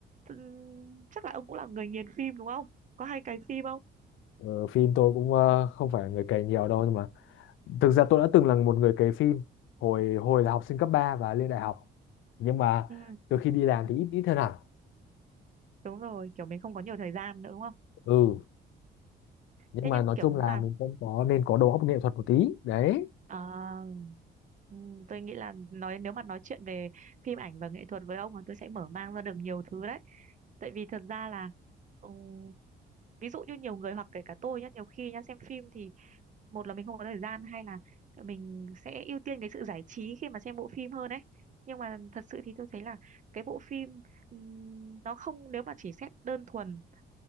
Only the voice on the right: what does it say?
ừm, chắc là ông cũng là người nghiền phim đúng không có hay cày phim không
ừ
đúng rồi kiểu mình không có nhiều thời gian nữa đúng không
thế
nhưng
kiểu
là
À, ừm, tôi nghĩ là nói nếu mà nói chuyện về phim ảnh và nghệ thuật với ông là tôi sẽ mở mang ra được nhiều thứ đấy. Tại vì thật ra là ừm, ví dụ như nhiều người hoặc kể cả tôi nhá, nhiều khi nhá xem phim thì một là mình không có thời gian hay là mình sẽ ưu tiên cái sự giải trí khi mà xem bộ phim hơn ấy. Nhưng mà thật sự thì tôi thấy là cái bộ phim ừm, nó không nếu mà chỉ xét đơn thuần